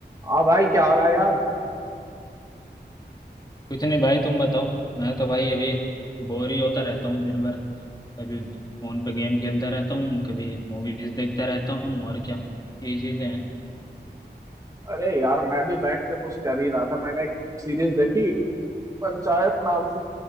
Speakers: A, on the right (about 20°); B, on the left (about 20°).
A: हाँ भाई क्या हो रहा है यार
B: कुछ नहीं भाई तुम बताओ मैं तो भाई अभी बोर ही होता रहता हूँ दिन भर कभी फोन पे गेम खेलता रहता हूँ कभी मूवीज देखता रहता हूँ और क्या यही चीजें हैं
A: अरे यार मैं भी बैठ के कुछ कर ही रहा था मैंने एक सीरीज देखी पंचायत नाम से